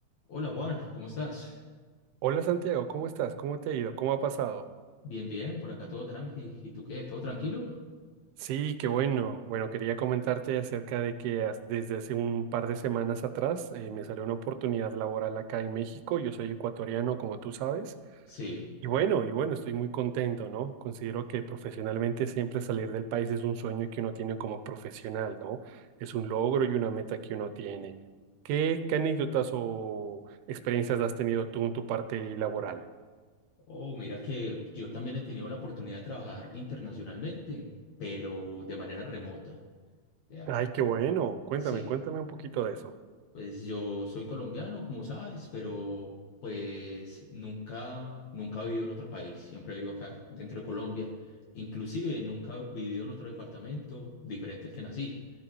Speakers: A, on the left; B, on the right.
A: Hola Juan, ¿cómo estás?
B: Hola Santiago, ¿cómo estás? ¿Cómo te ha ido? ¿Cómo ha pasado?
A: Bien, bien, por acá todo tranqui. ¿Y tú qué? ¿Todo tranquilo?
B: Sí, qué bueno. Bueno, quería comentarte acerca de que as- desde hace un par de semanas atrás eh, me salió una oportunidad laboral acá en México. Yo soy ecuatoriano, como tú sabes.
A: Sí.
B: Y bueno, y bueno, estoy muy contento, ¿no? Considero que profesionalmente siempre salir del país es un sueño que uno tiene como profesional, ¿no? Es un logro y una meta que uno tiene. ¿Qué, qué anécdotas o experiencias has tenido tú en tu parte laboral?
A: Oh, mira que yo también he tenido la oportunidad de trabajar internacionalmente, pero de manera remota. Ya.
B: Ay, qué bueno. Cuéntame,
A: Sí.
B: cuéntame un poquito de eso.
A: Pues yo soy colombiano, como sabes, pero pues nunca, nunca he vivido en otro país. Siempre he vivido acá dentro de Colombia. Inclusive nunca he vivido en otro departamento diferente al que nací.